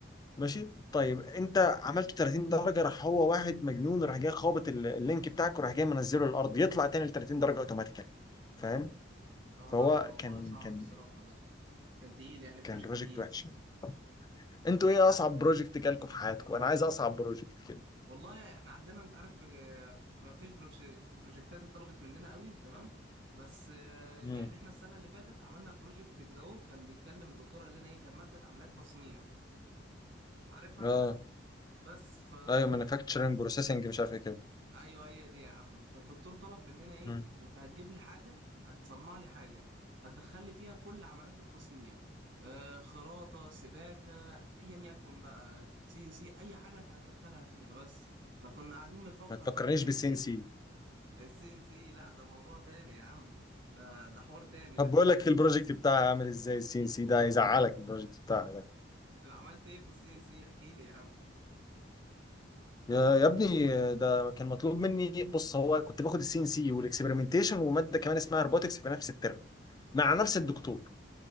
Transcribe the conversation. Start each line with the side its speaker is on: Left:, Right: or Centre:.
Left: ماشي طيب انت عملت 30 درجه راح هو واحد مجنون راح جاي خابط ال- اللينك بتاعك وراح جاي منزله الارض يطلع تاني ل 30 درجه اوتوماتيكالي فاهم
Right: اه
Left: فهو
Right: لا الموضوع
Left: كان
Right: صعب
Left: كان
Right: الصراحه ده كان تقيل يعني بروجكت
Left: كان بروجكت
Right: تقيل
Left: وحش يعني. انتوا ايه
Right: لا
Left: اصعب بروجكت جالكوا في حياتكم انا عايز اصعب بروجكت كده
Right: والله احنا عندنا انت عارف آه، ما فيش بروجك- بروجكتات اتطلبت مننا قوي تمام بس آه،
Left: امم
Right: يعني احنا السنه اللي فاتت عملنا بروجكت كده اهو كان بيتكلم الدكتور قال لنا ايه كان ماده عمليات تصنيع عارفها
Left: اه
Right: انت بس ف
Left: ايوه مانيفاكتشرنج بروسيسنج مش عارف ايه كده
Right: ايوه هي دي يا عم فالدكتور طلب مننا ايه
Left: مم.
Right: انت هتجيب لي حاجه هتصنع لي حاجه هتدخل لي فيها كل عمليات التصنيع آه خراطه سباكه ايا يكن بقى سي ان سي اي حاجه انت هتدخلها فيها بس فكنا قاعدين بنفكر
Left: ما تفكرنيش
Right: بقى هنعمل
Left: بالسي
Right: ايه
Left: ان سي
Right: <laughs> السي ان سي لا ده موضوع تاني يا عم ده ده حوار تاني
Left: طب
Right: ده
Left: بقول لك البروجكت بتاعها عامل ازاي السي ال سي ده هيزعلك البروجكت بتاعها ده
Right: طب عملت ايه في السي ان سي احكي لي يا عم
Left: يا يا ابني ده كان مطلوب مني بص هو كنت باخد السي ان سي والاكسبيرمنتيشن وماده كمان اسمها روبوتكس في نفس الترم مع نفس الدكتور